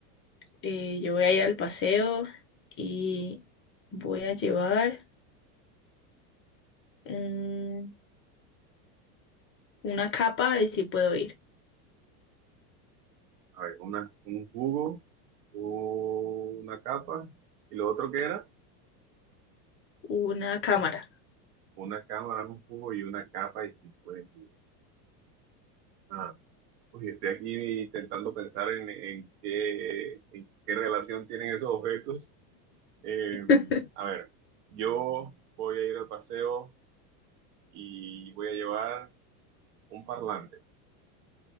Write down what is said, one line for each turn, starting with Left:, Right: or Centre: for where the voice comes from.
Left: eh, yo voy a ir al paseo y voy a llevar un- una capa y si puedo ir.
Right: A ver, una, un jugo, una capa, y lo otro que era,
Left: Una cámara.
Right: una cámara, un jugo y una capa y cinco de jugo. Ah, uy, estoy aquí intentando pensar en, en qué, en qué relación tienen esos objetos. Eh,
Left: <laughs>
Right: a ver, yo voy a ir al paseo y voy a llevar un parlante.